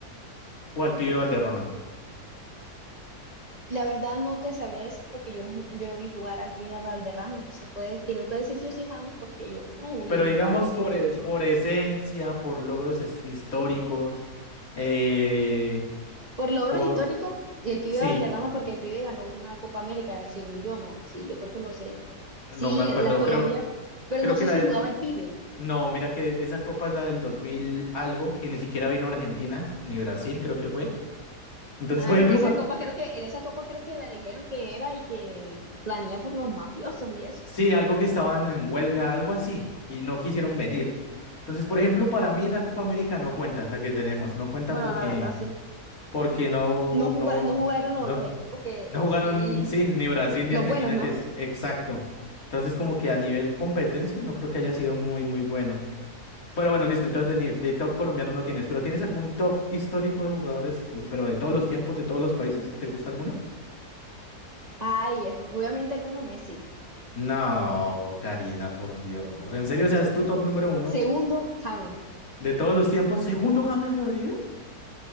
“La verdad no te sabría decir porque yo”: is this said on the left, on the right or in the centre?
Right